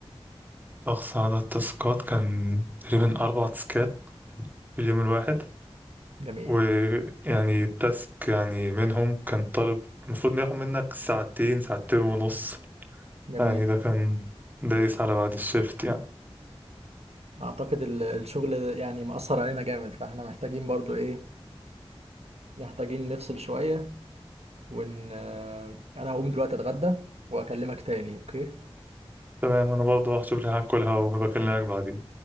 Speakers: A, on the right; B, on the right.
A: أقصى عدد تاسكات كان تقريبا أربع تاسكات في اليوم الواحد
B: جميل
A: ويعني تاسك يعني منهم كان طالب المفروض إنه ياخد منك ساعتين ساعتين ونص
B: جميل
A: يعني ده كان دايس على بعد الشيفت يعني
B: أعتقد ال- الشغل يعني مأثر علينا جامد فإحنا محتاجين برضو إيه محتاجين نفصل شوية وان آه، انا هقوم دلوقتي اتغدى واكلمك تاني اوكي
A: تمام أنا برضه هشوف لي حاجة أكلها وبكلمك بعدين